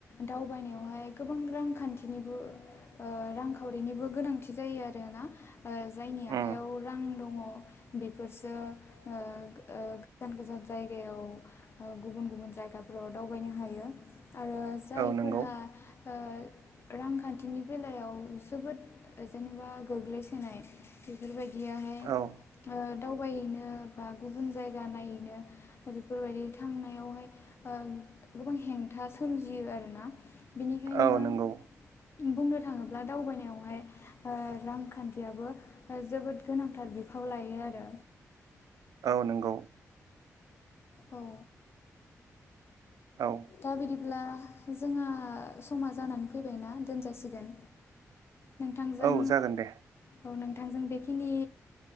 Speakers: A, on the left; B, on the right.
A: दावबायनायावहाय गोबां रांखान्थिनिबो ओ रांखावरिनिबो गोनांथि जायो आरोना जायनि आखाइयाव
B: उम
A: रां दङ बेफोरसो ओ ओ गोजान गोजान जायगायाव ओ गुबुन गुबुन जायगाफोराव दावबायनो हायो आरो जायफोरहा
B: औ नंगौ
A: ओ रांखान्थिनि बेलायाव जोबोद ओ जेनेबा गोग्लैसोनाय बेफोरबायदियाहाय
B: औ
A: ओ दावबायहैनो बा गुबुन जायगा नायहैनो बेफोरबायदि थांनायावहाय ओ गोबां हेंथा सोमजियो आरोना। बेनिखायनो
B: औ नंगौ
A: बुंनो थाङोब्ला दावबायनायावहाय ओ रांखान्थियाबो ओ जोबोद गोनांथार बिफाव लायो आरो
B: औ नंगौ।
A: औ
B: औ
A: दा बिदिब्ला जोंहा समा जानानै फैबायना दोनजासिगोन। नोंथांजों
B: औ जागोन दे
A: औ नोंथांजों बेखिनि